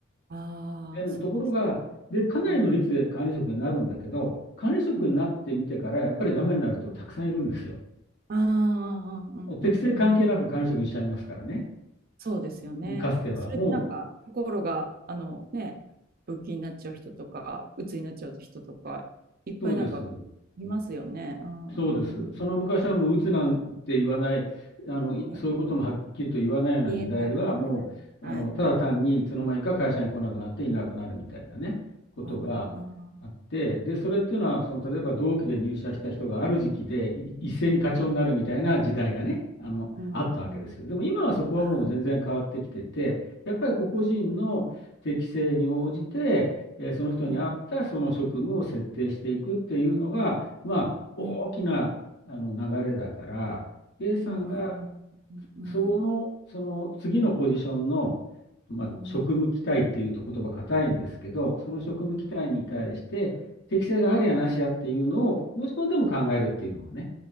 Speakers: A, on the right; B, on the left.
A: ああ、
B: でも、
A: そうですね。
B: ところが、で、かなりの率で管理職になるんだけど、
A: うん。
B: 管理職になってみてから、
A: うん。
B: やっぱりダメになる人たくさんいるんですよ。
A: ああ、うん。
B: もう適性関係なく管理職にしちゃいますからね。
A: うん。うん。うんそうですよね。
B: かつては。
A: それってなんか心があのね、
B: もう、
A: 病気になっちゃう人とか、鬱になっちゃう人とか、いっぱいなんかいますよね。
B: そうです。
A: うんうんう
B: そうです。その昔はもう鬱なんて言わない、あの、いそういうこともはっきりと言わないような時代は、
A: ん。言えない。
B: もう、
A: はいはい。
B: あの、ただ単にいつの間にか会社に来なくなっていなくなるみたいなね、ことがあって、
A: ああ、
B: で、それっていうのは、その、例えば同期で入社した人がある時期でい一斉に課長になるみたいな時代がね、あの、
A: うんうん。
B: あったわけですよ。でも今はそこはもう全然変わってきてて、
A: ああ、
B: やっぱり個々人の適性に応じて、えーその人に合ったその職務を設定していくっていうのが、
A: うん。う
B: まあ、大きなあの流れだから、
A: んうん
B: A さんが
A: うんうんうん
B: その、その次のポジションの、まあ、
A: うんうん
B: 職務期待っていうと言葉硬いんですけど、その職務期待に対して適性があるやなしやっていうのをご自分でも考えるっていうのがね、
A: うん